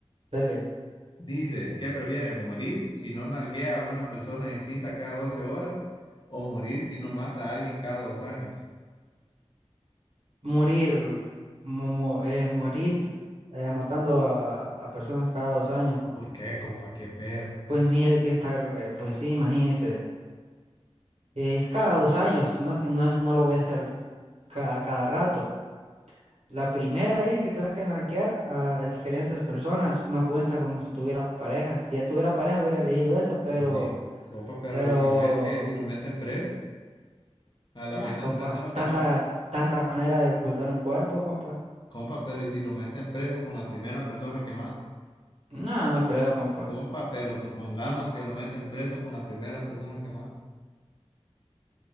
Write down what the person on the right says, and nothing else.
Dele.
Morir. mu- mu- eh, morir eh, matando a, a personas cada dos años, compa.
Pues mire que estar, eh, pues sí, imagínese. Es cada dos años, no, es que no, no lo voy a hacer cada, cada rato. La primera dice que tengo que nalguear a diferentes personas, no cuenta como si tuviera pareja. Si ya tuviera pareja hubiera elegido esa, pero,
pero,
nah,
compa,
tanta,
tanta manera de ocultar un cuerpo, compa.
No, no creo, compa.